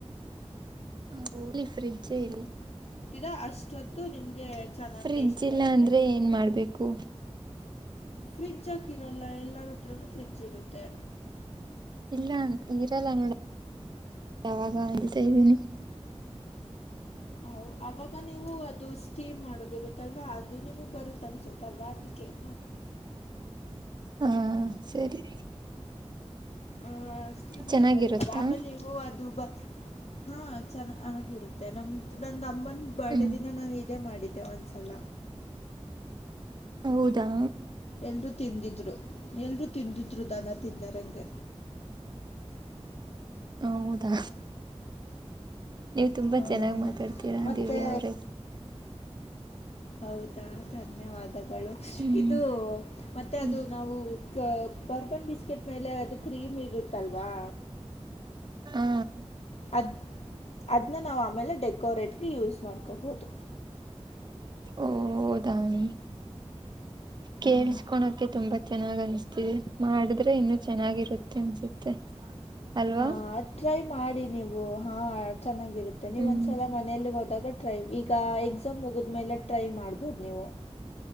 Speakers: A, on the right; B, on the left.
A: ಹ ಹೋಗಲಿ ಫ್ರಿಡ್ಜೇ ಇಲ್ಲ
B: ರಾ ಅಷ್ಟೊತ್ತು ನಿಮಗೆ ಚೆನ್ನಾಗಿ
A: ಫ್ರಿಡ್ಜ್
B: ಟೇಸ್ಟ್
A: ಇಲ್ಲ
B: ಬರುತ್ತೆ
A: ಅಂದ್ರೆ ಏನ್ ಮಾಡ್ಬೇಕು
B: ಫ್ರಿಡ್ಜ್ ಆಾಕಿರಲ್ಲ ಎಲ್ಲರ ಹತ್ರನೂ ಫ್ರಿಡ್ಜ್ ಇರುತ್ತೆ
A: ಇಲ್ಲ ಈರಲ್ಲನೋಡ ಯಾಗ್ದೀನಿ
B: ಹ ಅವಾಗ ನೀವು ಅದು ಸ್ಟೀಮ್ ಮಾಡೋದಿರು ಅಲ್ವಾ ಅದು ನಿಮಗ್ ಬರುತ್ ಅನ್ಸುತ್ತಲ್ವಾ ಅದ್ ಕ
A: ಹಾ ಸರಿ
B: ಆ್ ಸ್ಟೀಮ್ ಮಾಡದು
A: ಚೆನ್ನಾಗಿರುತ್ತಾ
B: ಬರುತ್ತದೆ ಆಮೇಲೆ ನೀವು ಅದು ಹಾ ಚ ಅನ್ನಾಗಿಿರುತ್ತೆ ನಮ್ದು ನಂದು ಅಮ್ಮನ್ ಬಡ
A: ಹ್ಮ್
B: ದಿನ ನಾನು ಇದೇ ಮಾಡಿದ್ದೆ ಒಂದ್ಸಲ
A: ಹೌದಾ
B: ಎರು ತಿಂದಿದ್ರು ಎಲ್ರುೂ ತಿಂದಿದ್ರು ದಾನ ತಿಂದಾರಂಗೆ
A: ಹೌದಾ ನೀವು್ ತುಂಬಾ
B: ಹಾಂ
A: ಚೆನ್ನಾಗ್ ಮಾತಾಡ್ತೀರಾ
B: ಮತ್ತು
A: ದಿವ್ಯಾ ಅವ್ರೇ
B: ಹೌದಾ ಧನ್ಯವಾದ
A: ಹ್ಮ್
B: ಇದು ಮತ್ತೆ
A: ಹ್ಮ್
B: ಅದು ನಾವು ಬರ್ಬನ್ ಬಿಸ್ಕೆಟ್ ಮೇಲೆ ಅದು ಕ್ರೀಮ್ ಇರುತ್ತಲ್ವಾ ವಾ
A: ಹಾ
B: ಅದ ಅದ ನಾವು ಆಮೇಲೆ ಡೆಕೋೇಟ್ ಗೆ ಯೂಸ್ ಮಾಡ್ೀವಿ ಹಕೋಬೋುದು
A: ಓದಾಮ
B: ಹ್ಞೂ
A: ಕೇಳಸ್ಕೊಳಕೆ ತುಂಬಾ ಚೆನ್ನಾಗನಿಸ ಮಾಡಿದ್ರೆ ಇನ್ನು ಚೆನ್ನಾಗಿರುತ್ತೆ ಅನ್ಸುತ್ತೆ ಅಲ್ವಾ
B: ಹಾ ್ರ ಮಾಡಿ ನೀವು ಹಾ ಚೆನ್ನಾಗಿ ಇರುತ್ತೆ ನೀವು
A: ಹ್ಮ್
B: ಒಂದ್ಲ ಮನಲಿ ಹೋದಾಗ ಟ್ರೈವ್ ಈಗ ಎ ಸ ಮುಗಿದ್ಮೇಲೆ ಟ್ರೈ ಮಾಡ್ಬೋದು ನೀವು